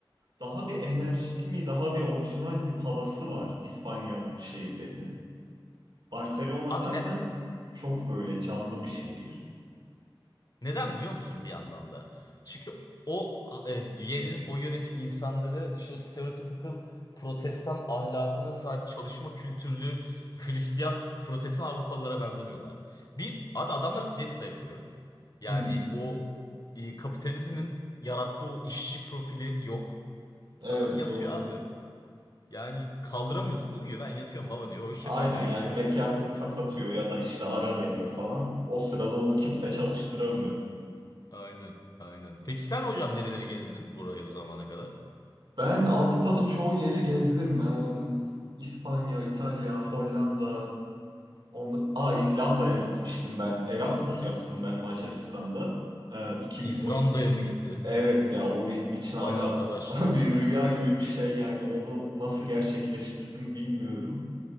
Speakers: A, on the right; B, on the left.
A: daha bir enerjik mi, daha bir orijinal bir havası var İspanya şehirlerinin. Barcelona
B: Abi
A: zaten
B: ne,
A: çok böyle canlı bir şehir.
B: Neden biliyor musun bir yandan da? Çünkü o e, yerin, o yörenin insanları işte o stereotypical protestan ahlakına sahip çalışma kültürlü Hristiyan protestan Avrupalılara benzemiyorlar. Bir, abi adamlar siesta yapıyor. Yani
A: Hmm,
B: o e, kapitalizmin yarattığı o işçi profili yok.
A: evet
B: Adam yatıyor
A: doğru.
B: abi. Yani kaldıramıyorsun uyuyor. Ben yatıyorum baba diyor. Hoşça
A: Aynen
B: kal diyor
A: yani
B: gidiyor.
A: mekanını kapatıyor ya da işte ara veriyor falan. O sırada onu kimse çalıştıramıyor.
B: Aynen aynen. Peki sen hocam nereleri gezdin burayı bu zamana kadar?
A: Ben Avrupa'da çoğu yeri gezdim. Em, İspanya, İtalya, Hollanda, On, Aa, İzlanda'ya gitmiştim ben. Erasmus yaptım ben Macaristan'da. Ee, 2010.
B: İzlanda'ya mı gittin?
A: Evet ya o benim için
B: Vay
A: hala
B: arkadaş.
A: <laughs> bir rüya gibi bir şey yani onu nasıl gerçekleştirdim bilmiyorum.